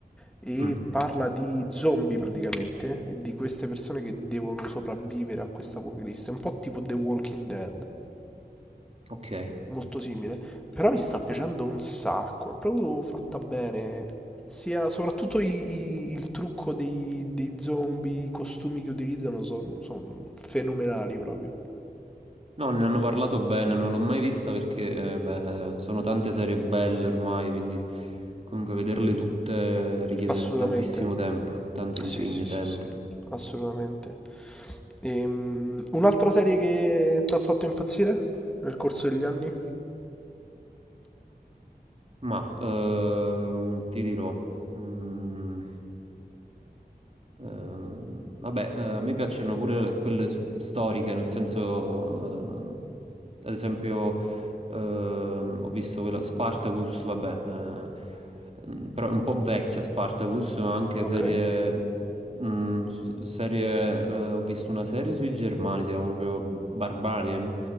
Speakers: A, in the centre; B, on the right.
A: e
B: Mm,
A: parla di zombie praticamente e di queste persone che devono sopravvivere a questa apocalisse, un po' tipo The Walking Dead.
B: ok.
A: molto simile, però mi sta piacendo un sacco, è proprio fatta bene. Sia soprattutto i- i- il trucco dei, dei zombie, i costumi che utilizzano sono fenomenali proprio.
B: No, ne hanno parlato bene, non l'ho mai vista perché eh, beh, sono tante serie belle ormai, quindi comunque vederle tutte richiede
A: Assolutamente.
B: tantissimo tempo, tanto
A: Sì,
B: impegno,
A: sì, sì,
B: tempo.
A: sì, assolutamente. Ehm, un'altra serie che ti ha fatto impazzire nel corso degli anni?
B: Ma ehm, ti dirò, mm, ehm, vabbè, eh, a me piacciono pure quelle s- storiche, nel senso, ehm, ad esempio, ehm, ho visto quella Spartacus, vabbè, eh, mm, però è un po' vecchia Spartacus, ma anche
A: Ok.
B: serie, mm, s- serie, eh, ho visto una serie sui Germani, si chiama proprio Barbarian,